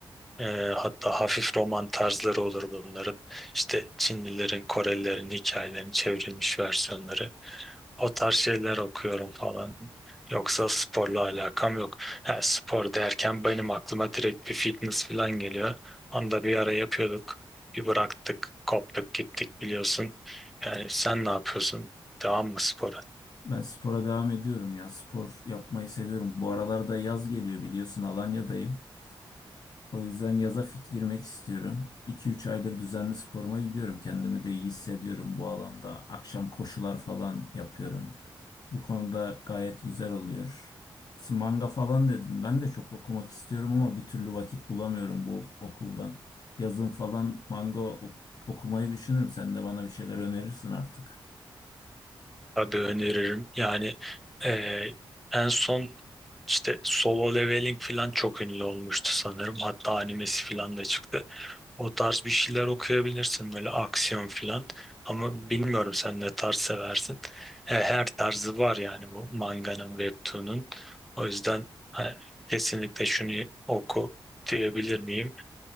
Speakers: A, in the centre; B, on the left.
A: E, hatta hafif roman tarzları olur bunların. İşte Çinlilerin, Korelilerin hikayelerini çevrilmiş versiyonları. O tarz şeyler okuyorum falan. Yoksa sporla alakam yok. Ha, spor derken benim aklıma direkt bir fitness falan geliyor. Onda bir ara yapıyorduk. Bir bıraktık, koptuk, gittik biliyorsun. Yani sen ne yapıyorsun? Devam mı spora?
B: Ben spora devam ediyorum ya. Spor yapmayı seviyorum. Bu aralarda yaz geliyor biliyorsun Alanya'dayım. O yüzden yaza fit girmek istiyorum. 2 üç aydır düzenli sporuma gidiyorum. Kendimi de iyi hissediyorum bu alanda. Akşam koşular falan yapıyorum. Bu konuda gayet güzel oluyor. Manga falan dedin. Ben de çok okumak istiyorum ama bir türlü vakit bulamıyorum bu okuldan. Yazın falan manga ok- okumayı düşünürüm. Sen de bana bir şeyler önerirsin artık.
A: Tabii öneririm. Yani eee, en son işte Solo Leveling falan çok ünlü olmuştu sanırım. Hatta animesi falan da çıktı. O tarz bir şeyler okuyabilirsin böyle aksiyon filan. Ama bilmiyorum sen ne tarz seversin. He, her tarzı var yani bu manganın, webtoon'un. O yüzden hani, kesinlikle şunu oku diyebilir miyim?